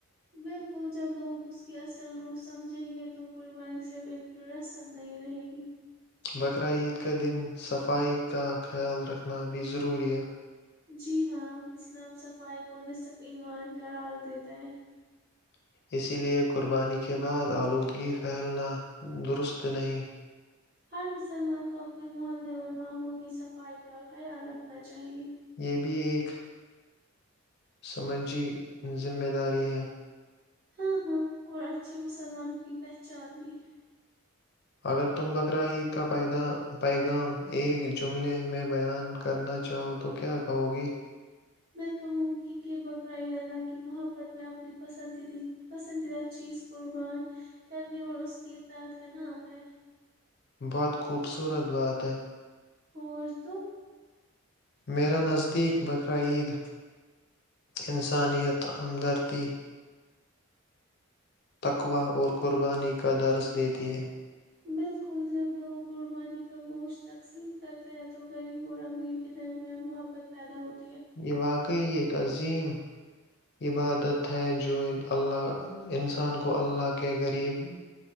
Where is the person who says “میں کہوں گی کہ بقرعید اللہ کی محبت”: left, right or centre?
Right